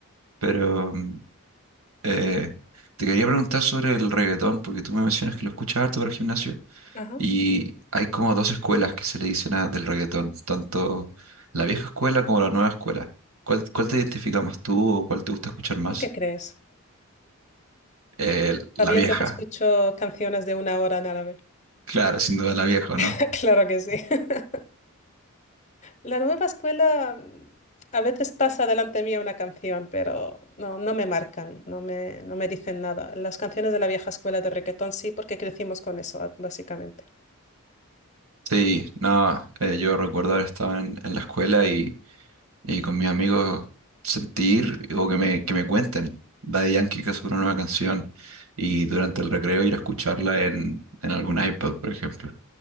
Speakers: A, on the right; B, on the left.
A: Pero mm, eh, te quería preguntar sobre el reggaetón, porque tú me mencionas que lo escuchas harto para el gimnasio.
B: ajá.
A: Y hay como dos escuelas que se le dicen a- del reggaetón, tanto la vieja escuela como la nueva escuela. ¿Cuál, cuál te identifica más tú o cuál te gusta escuchar más?
B: ¿Tú qué crees?
A: Eh, la
B: Sabiendo
A: vieja,
B: que escucho canciones de una hora en árabe.
A: claro, sin duda la vieja,
B: <laughs>
A: ¿no?
B: Claro que sí. <laughs> La nueva escuela mm, a veces pasa delante mía una canción, pero no, no me marcan, no me, no me dicen nada. Las canciones de la vieja escuela de reggaetón sí, porque crecimos con eso, ah, básicamente.
A: Sí, no, eh, yo recuerdo haber estado en, en la escuela Y con mis amigos sentir o que me, que me cuenten. Daddy Yankee que sacó una nueva canción y durante el recreo ir a escucharla en, en algún iPod, por ejemplo.